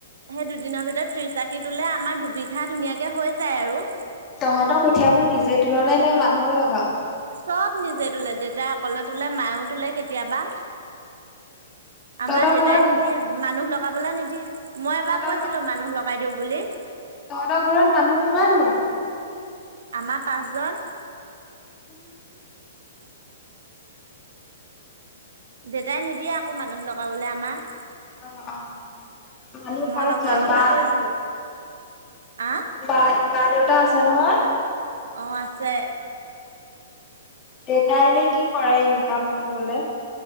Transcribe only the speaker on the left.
তহঁতৰ কঠিয়াবোৰ নিজে তুলনা নে মানুহক লগাও
তহঁতৰ
ঘৰত
তহঁতৰ
ঘৰ
তহঁতৰ ঘৰত মানুহ কিমাননো
কোন কোন
অ', অ', মানুহ
পাঁচজন
মা
বা বাা দেউতা আছে নহয়
দেউ তাই এনে কি কৰে ইনকাম বিলিবলে